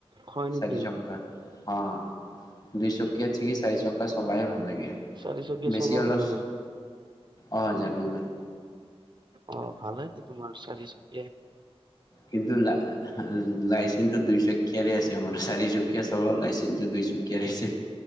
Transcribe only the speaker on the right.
হয় নেকি
চাৰিচকীয়া
চলোৱা
তাৰমানে
অ ভাল হয় যে তোমাৰ চাৰি চকীয়া